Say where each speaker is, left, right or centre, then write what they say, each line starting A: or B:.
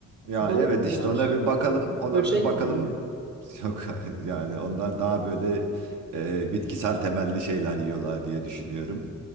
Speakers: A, on the right (about 70°); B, on the right (about 35°).
A: Yani
B: Balık
A: evet
B: mı
A: işte
B: yer?
A: ona bir bakalım,
B: Böcek
A: ona bir bakalım.
B: mi?
A: Yok <laughs> yani onlar daha böyle e, bitkisel temelli şeyler yiyorlar diye düşünüyorum.